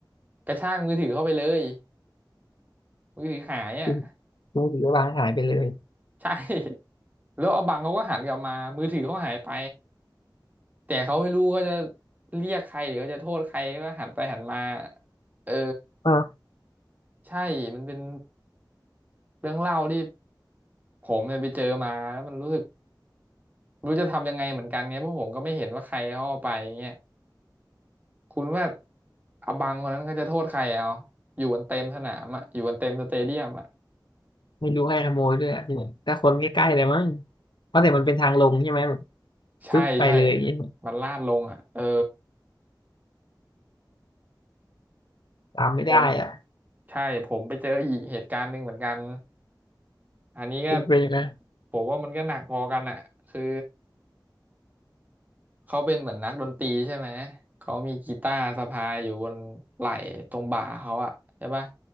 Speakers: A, on the right; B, on the left.
A: กระชากมือถือเข้าไปเลยมือถือหายอ่ะ
B: คุณคุณถือว่าวางหายไปเลย
A: <laughs> ใช่แล้วอบังเขาก็หันกลับมามือถือเขาหายไปแต่เขาไม่รู้เขาจะเรียกใครหรือเขาจะโทษใครก็หันไปหันมาเออ
B: อ่า
A: ใช่มันเป็นเรื่องเล่าที่ผมเนี่ยไปเจอมาแล้วมันรู้สึก ไม่รู้จะทำยังไงเหมือนกันไงเพราะผมก็ไม่เห็นว่าใครเขาเอาไปเงี้ยคุณว่าอบังคนนั้นเขาจะโทษใครเอาอยู่กันเต็มสนามอ่ะอยู่กันเต็มสเตเดียมอ่ะ
B: ไม่รู้ให้ขโมยด้วยอะที่ไหนแต่คนใกล้ๆเลยมั้งเพราะแต่มันเป็นทางลงใช่ไหมแบบ
A: ใช่ใช่
B: ปึ๊บไปเลยอย่างงี้
A: มันลาดลงอ่ะเออ
B: ตามไม่ได้อ่ะ
A: ผมใช่ผมไปเจออีกเหตุการณ์หนึ่งเหมือนกันอันนี้ก็
B: เป็นไปนะ
A: ผมว่ามันก็หนักพอกันอ่ะคือเขาเป็นเหมือนนักดนตรีใช่ไหมเขามีกีตาร์สะพายอยู่บนไหล่ตรงบ่าเขาอ่ะใช่ปะ